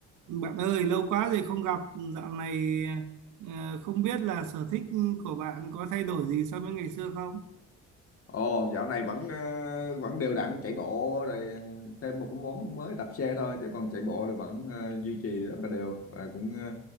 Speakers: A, on the right (about 85°); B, on the left (about 50°).
A: Bạn ơi, lâu quá rồi không gặp, dạo này ờ, không biết là sở thích của bạn có thay đổi gì so với ngày xưa không?
B: Ồ, dạo này vẫn ờ, vẫn đều đặn chạy bộ rồi ờ, thêm một cái món mới đạp xe thôi chứ còn chạy bộ là vẫn ờ, duy trì rất là đều và cũng ờ,